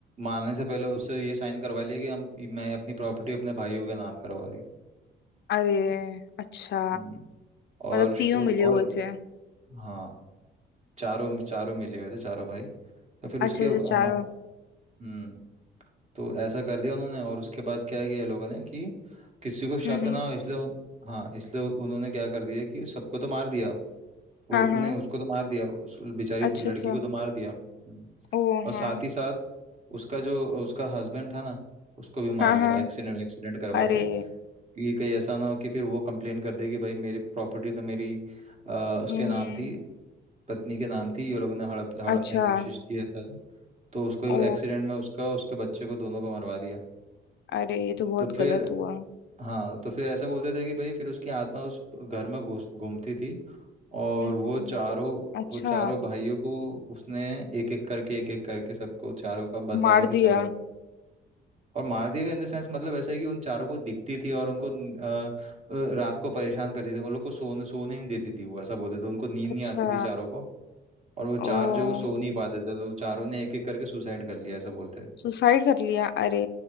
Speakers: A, on the right; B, on the left.
A: मारने से पहले उससे ये साइन करवा लिया कि हम मैं अपनी प्रॉपर्टी अपने भाइयों के नाम करवा रही हूँ
B: अरे अच्छा
A: हम्म, और
B: मतलब
A: श-
B: तीनों
A: उ-
B: मिले हुए
A: और
B: थे
A: हाँ चारों चारों मिले हुए थे चारों भाई तो फिर उसके
B: अच्छा अच्छा
A: हाँ
B: चारों
A: हम्म तो ऐसा कर दिया उन्होंने और उसके बाद क्या किया ये लोगों ने कि किसी को शक
B: हम्म हम्म
A: ना हो इसलिए उन- हाँ इसलिए उन्होंने क्या कर दिया कि सबको तो मार दिया वो
B: हाँ
A: वो-
B: हाँ
A: नहीं उसको तो मार दिया उस बेचारी
B: अच्छा
A: लड़की
B: अच्छा
A: को तो मार दिया हम्म।
B: ओ
A: और
B: हाँ
A: साथ ही साथ उसका जो उसका हस्बैंड था ना उसको भी
B: हाँ
A: मार दिया
B: हाँ
A: एक्सीडेंट एक्सीडेंट करवा
B: अरे
A: के कि कहीं ऐसा ना हो कि फिर वो कंप्लेन कर दे कि भाई मेरी प्रॉपर्टी तो मेरी अ, उसके
B: हम्म
A: नाम थी पत्नी के नाम थी ये लोगों ने हड़प हड़पने
B: अच्छा
A: की कोशिश किया था तो उसको
B: ओ
A: एक्सीडेंट में उसका और उसके बच्चे को दोनों को मरवा दिया
B: अरे ये तो बहुत
A: तो फिर
B: गलत हुआ
A: हाँ तो फिर ऐसा बोलते थे कि भाई फिर उसकी आत्मा उस घर में घुस घूमती थी और
B: हम्म
A: वो चारों
B: अच्छा
A: वो चारों भाइयों को उसने एक एक करके एक एक करके सबको चारों का बदला
B: मार
A: लेके
B: दिया
A: चारों को और मार दिया गया इन द सेंस मतलब ऐसा है कि उन चारों को दिखती थी और उनको अ, अ, रात को परेशान करती थी उन लोग को सोने सोने नहीं देती थी वो ऐसा बोलते थे उनको नींद
B: अच्छा
A: नहीं आती थी चारों को और वो
B: ओ
A: चार जो सो नहीं पाते थे तो चारों ने एक एक करके सुसाइड कर लिया ऐसा बोलते हैं
B: सुसाइड कर लिया अरे